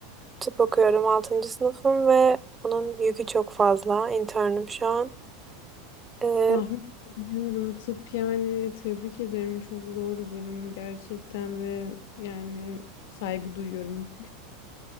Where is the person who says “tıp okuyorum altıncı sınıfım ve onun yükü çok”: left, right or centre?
Right